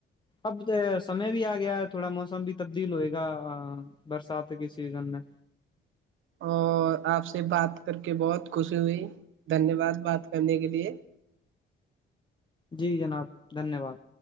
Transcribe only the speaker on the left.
اب سمے بھی آ گیا ہے تھوڑا موسم بھی تبدیل ہوئے گا برسات کے سیزن میں
جی جناب دھنیہ واد